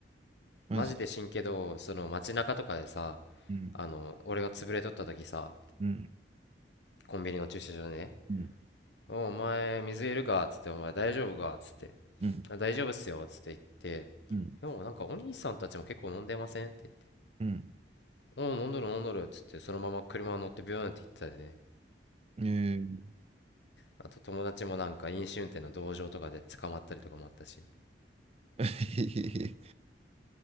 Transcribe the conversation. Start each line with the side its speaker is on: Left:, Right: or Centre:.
Right: マジ
Left: マジで死んけど、その街中とかでさ、
Right: うん。
Left: あの、俺が潰れとった時さ、
Right: うん。
Left: コンビニの駐車場でね、
Right: うん。
Left: おお前、水いるかっつって、お前大丈夫かっつって、
Right: うん。
Left: あ大丈夫っすよっつって言って、
Right: うん。
Left: でもなんかお兄さんたちも結構飲んでませんって
Right: うん。
Left: 言って、おう飲んどる飲んどるっつって、そのまま車乗ってビューンって行ってたでね。
Right: えー、
Left: あと友達もなんか飲酒運転の同情とかで捕まったりとかもあったし。
Right: <laughs>